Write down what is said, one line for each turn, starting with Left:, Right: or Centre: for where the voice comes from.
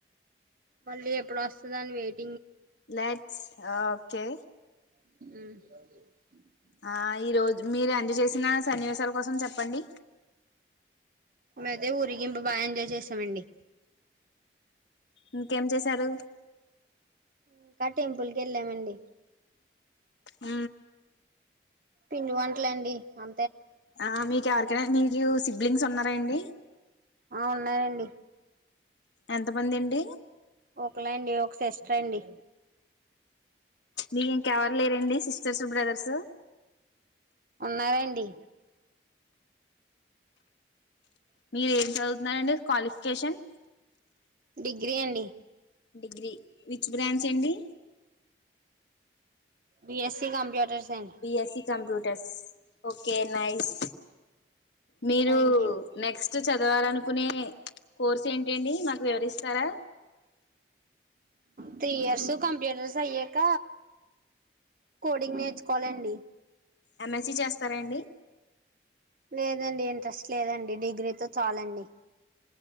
Right: మళ్ళీ ఎప్పుడు వస్తుంద అని వెయిట్
Left: లెట్స్ ఓకే
Right: మ్మ్
Left: ఆ ఈ రోజు మీరు ఎంజాయ్ చేసిన సన్నివేశాల కోసం చెప్పండి
Right: మే అయితే ఊరికి ఇంపు బాగా ఎంజాయ్ చేసామండి
Left: ఇంకేం చేశారు
Right: ఇంకా టెంపుల్కి వెళ్ళామండి
Left: అ
Right: పిండి వంటలండి అ
Left: ఆ మీకు ఎవరికైనా మీకు సిబ్లింగ్స్ ఉన్నారా అండి
Right: ఆ ఉన్నానండి
Left: ఎంతమంది అండి
Right: ఒకలా అండి ఒక సిస్టర్ అండి
Left: మీకు ఇంకెవరు లేరండి సిస్టర్స్ బ్రదర్సు
Right: ఉన్నారండి
Left: మీరు ఏం చదువుతున్నారండి క్వాలిఫికేషన్.
Right: డిగ్రీ అండి.
Left: డిగ్రీ విచ్ బ్రాంచ్ అండి
Right: బియస్సీ కంప్యూటర్స్ అండి
Left: బియస్సీ కంప్యూటర్స్ ఓకే నైస్ మీరు
Right: థ్యాంక్ యూ
Left: నెక్స్ట్ చదవాలనుకునే కోర్సు ఏంటి అండి మాకు వివరిస్తారా?
Right: త్రీ ఇయర్స్ కంప్యూటర్స్ అయ్యాక కోడింగ్ నేర్చుకోవాలండి.
Left: ఎంయస్సి చేస్తారాండి?
Right: లేదండి ఇంట్రెస్ట్ లేదండి డిగ్రీతో చాలండి